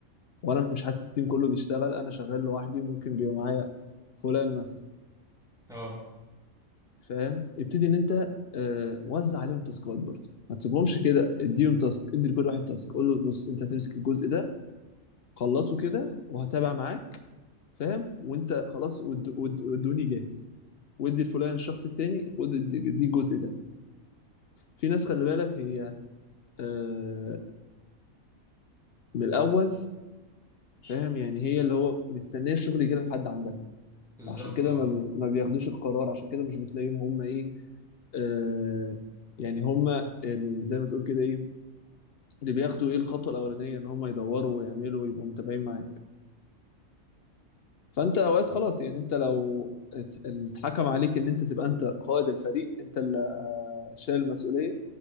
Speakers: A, on the left; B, in the centre.
A: وانا مش حاسس التيم كله بيشتغل انا شغال لوحدي وممكن بيبقى معايا فلان مثلا
B: أه
A: فاهم ابتدي ان انت آه، وزع عليهم تاسكات برضه ما تسيبهمش كده اديهم تاسك ادي لكل واحد تاسك قول له بص انت هتمسك الجزء ده خلصه كده وهتابع معاك فاهم وانت خلاص ود- ود- ودوني جاهز وادي الفلان الشخص التاني خد ادي ادي الجزء ده في ناس خلي بالك هي آه، من الاول فاهم يعني هي اللي هو مستنيه الشغل يجي لها لحد عندها
B: بالظبط
A: عشان كده
B: أه
A: ما بي- ما بياخدوش القرار عشان كده مش بتلاقيهم هم ايه آه، يعني هم ال- زي ما تقول كده ايه اللي بياخدوا ايه الخطوه الاولانيه ان هم يدوروا ويعملوا ويبقوا متابعين معاك فانت اوقات خلاص يعني انت لو ات- اتحكم عليك ان انت تبقى انت قائد الفريق انت اللي شايل المسؤوليه